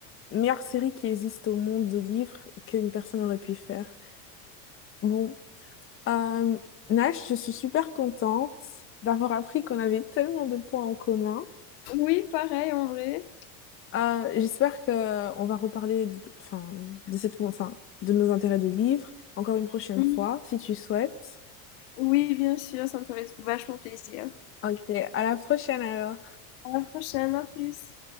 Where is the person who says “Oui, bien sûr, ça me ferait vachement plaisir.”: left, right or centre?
Left